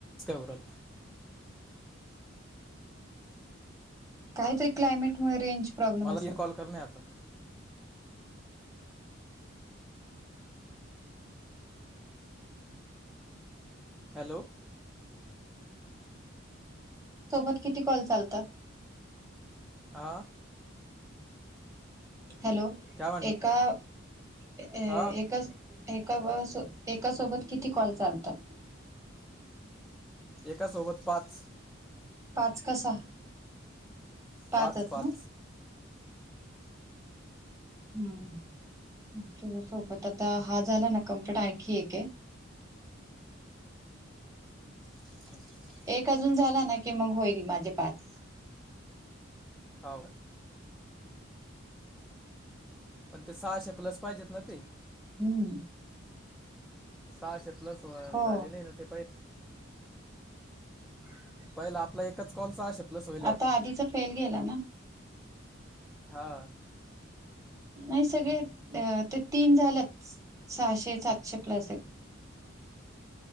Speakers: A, in the centre; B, on the right (about 15°).
A: काय होऊन राहील.
B: काहीतरी क्लायमेटमुळे रेंज. प्रॉब्लेम
A: मला
B: असेल
A: ये कॉल करणे आता हॅलो
B: सोबत किती कॉल चालतात
A: आ
B: हॅलो
A: काय म्हटलं
B: एका अ
A: हा
B: एकाच एका बस एका सोबत किती कॉल चालतात
A: एकासोबत पाच
B: पाच का सहा पाचच
A: पाच पाच
B: ना हम्म तुझ सोबत आता हा झाला ना कम्प्लीट आणखी एक आहे
A: <inaudible>
B: एक अजून झाला ना की मग होईल माझे पाच
A: हो का पण ते सहाशे प्लस पाहिजेत ना ते
B: हम्म
A: सहाशे प्लस
B: हो
A: झाले नाही ना ते पहि
B: ह
A: पहिला आपला एका कॉलचा सहाशे प्लस होईल वाटत.
B: आता आधीचा फेल गेला ना
A: हा
B: नाय सगळे ते तीन झाल्यात सहाशे सातशे प्लस आयत.